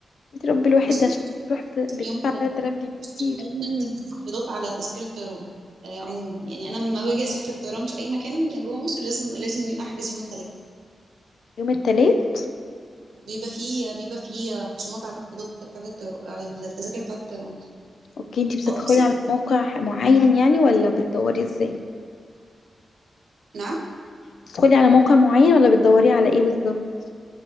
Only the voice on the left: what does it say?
بتربي الواحد
عشان تروح ب- بتدفع
3000 جنيه كتير
يوم التلات
اوكي انتي بتدخلي
على موقع معين يعني ولا بتدوري ازاي
بتدخلي على موقع معين ولا بتدوري على ايه بالظبط